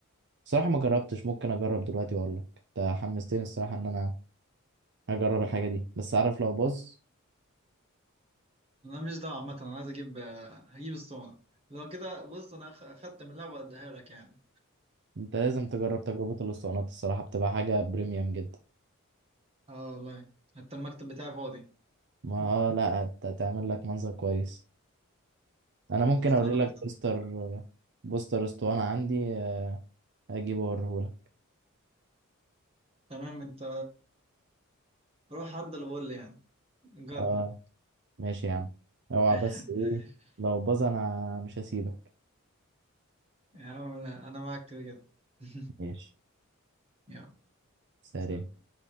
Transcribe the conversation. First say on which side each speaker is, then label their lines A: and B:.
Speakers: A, on the right; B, on the right.
A: بصراحة ما جربتش ممكن أجرب دلوقتي وأقول لك انت حمستني الصراحة إن أنا هجرب الحاجة دي بس عارف لو باظ
B: انا مش دعوه عامه انا عايز اجيب هجيب الصونه لو كده بص انا أخ- اخدت من اللعبه واديها لك يعني
A: انت لازم تجرب تجربة الاسطوانات الصراحة بتبقى حاجة بريميوم جدا
B: اه والله حتى المكتب بتاعي فاضي
A: ما
B: <laughs>
A: آه لا هت- هتعمل لك منظر كويس انا ممكن
B: الصونه
A: اوري لك بوستر بوستر اسطوانة عندي آه، اجيبه اوريه لك
B: تمام انت روح عدى الغل يعني جرب
A: اه ماشي يا عم اوعى بس
B: <laughs>
A: ايه لو باظ انا مش هسيبك
B: يا عم انا أنا معاك كده كده <laughs>
A: ماشي
B: يلا
A: سلام
B: سلام.